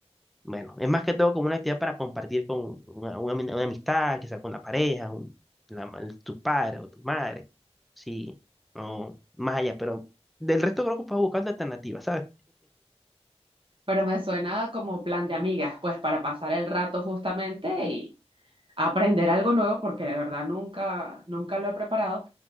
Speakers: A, in the centre; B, on the right.
A: Bueno, es más que todo como una actividad para compartir con una, una ami- una amistad, quizás con la pareja, un- la ma- tus padres o tu madre, sí, o más allá, pero del resto creo que puedes buscar alternativas, ¿sabes?
B: pero me suena como plan de amigas, pues para pasar el rato justamente aprender algo nuevo porque de verdad nunca, nunca lo he preparado,